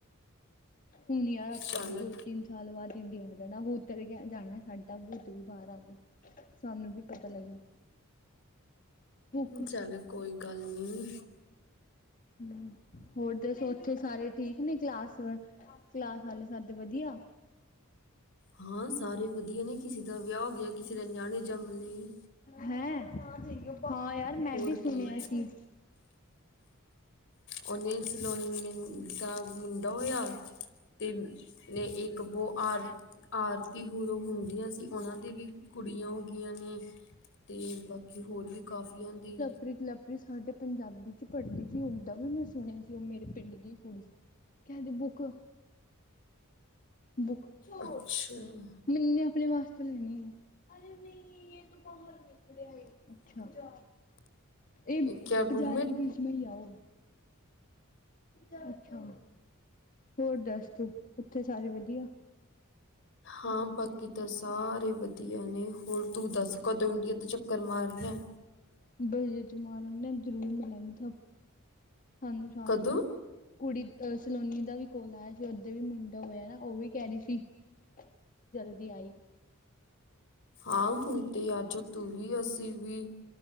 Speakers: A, on the left (about 40°); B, on the left (about 60°).
A: ਹੁਣ ਯਾਰ ਆਪਾਂ
B: ਚੱਲ
A: ਵੀ ਦੋ ਤਿੰਨ ਸਾਲ ਬਾਦ ਇੰਡੀਯਾਂ ਆ ਜਾਣਾ। ਭੂਤ <unintelligible> ਉੱਤਰ ਗਿਆ ਸਾਡਾ ਭੂਤ ਵੀ ਬਾਹਰ ਆ ਗਯਾ। ਸਾਨੂੰ ਵੀ ਪਤਾ ਲੱਗਿਆ। ਭੁੱਖ
B: ਚੱਲ ਕੋਈ ਗੱਲ ਨੀ।
A: ਹਮ ਹੋਰ ਦੱਸ ਉੱਥੇ ਸਾਰੇ ਠੀਕ ਨੇ ਕਲਾਸ ਵ ਕਲਾਸ ਵਾਲੇ। ਸਾਭ ਵਧੀਆ।
B: ਹਾਂ ਸਾਰੇ ਵਧੀਆ ਨੇ ਕਿਸੇ ਦਾ ਵਿਆਹ ਹੋ ਗਿਆ ਕਿਸੇ ਦੇ ਨਿਆਣੇ ਜੰਮ ਲਏ।
A: ਹੈਂ ਹਾਂ ਯਾਰ ਮੈਂ
B: ਹੋਰ
A: ਵੀ ਸੁਣਿਆ
B: ਕੀ
A: ਸੀ।
B: ਉਹਨੇ ਸਿਲੋਣੀ ਨੇ ਦਾ ਮੁੰਡਾ ਹੋਇਆ ਤੇ ਇੱਕ ਬਹੁ ਆਰ ਆਰਤੀ ਹੂਰੋਂ ਹੁੰਦੀਆਂ ਸੀ ਉਹਨਾਂ ਦੀ ਵੀ ਕੁੜੀਆਂ ਹੋ ਗੀਆਂ ਨੇ। ਤੇ ਬਾਕੀ ਹੋਰ ਵੀ ਕਾਫੀਆਂ ਦੀ
A: ਪ੍ਰਿਤ ਲਵਪ੍ਰੀਤ ਸਾਡੇ ਪੰਜਾਬੀ ਚ ਪੜ੍ਹਦੀ ਸੀ ਔਂਦਾ ਵੀ ਮੈਂ ਸੁਣਿਆ ਸੀ ਉਹ ਮੇਰੇ ਪਿੰਡ ਦੀ ਕੁੜੀ ਸੀ। ਕਹ ਦੇ ਬੁੱਕ ਬੁੱਕ <inaudible> <inaudible>
B: ਅੱਛਾ
A: ਮੈਨੂੰ ਆਪਣੇ ਵਾਸਤੇ ਲੈਣੀ ਏ ਅਰੇ ਨਹੀਂ ਯੇ ਤੋ ਬਾਹਰ ਨਿਕਲ ਆਏ। ਅੱਛਾ ਇਹ
B: ਕਿਆ
A: ਬਾਜ਼ਾਰ
B: ਰੂਮਮੇਟ
A: ਕੇ ਬੀਚ ਮੇ ਹੀ ਲੇ ਆਓ। ਅੱਛਾ ਹੋਰ ਦੱਸ ਤੂੰ ਉੱਥੇ ਸਾਰੇ ਵਧੀਆ।
B: ਹਾਂ ਬਾਕੀ ਤਾਂ ਸਾਰੇ ਵਧੀਆ ਨੇ ਹੋਰ ਤੂੰ ਦੱਸ ਕਦੋਂ ਇੰਡੀਆ ਦਾ ਚੱਕਰ ਮਾਰਨੈ।
A: ਬਜਟ ਬਣ ਲੈਣ ਜ਼ਰੂਰ ਮਿਲਣ ਤੁਆਨੂੰ ਸਾਰੇ।
B: ਕਦੋਂ
A: ਕੁੜੀ ਅ ਸਲੋਨੀ ਦਾ ਵੀ ਕੌਲ ਆਇਆ ਸੀ, ਓਦੇ ਵੀ ਮੁੰਡਾ ਹੋਇਆ ਐ ਨਾ। ਓ ਵੀ ਕਹਿ ਰਹੀ ਸੀ ਜਲਦੀ ਆਈ।
B: ਹਾਂ, ਹੁਣ ਤੇ ਆਜਾ ਤੂੰ ਵੀ ਅਸੀਂ ਵੀ